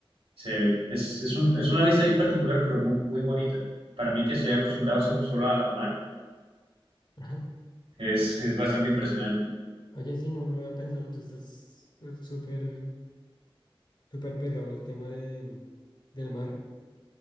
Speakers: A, on the right (about 80°); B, on the left (about 50°).
A: Se, es, es, un- es una vista bien particular, pero muy, muy bonita. Para mí que estoy acostumbrado solo a, a mar,
B: <laughs>
A: es, es bastante impresionante.
B: Oye, sí, no, no lo había pensado. Tú estás eh, súper, súper pegado al tema de, del mar.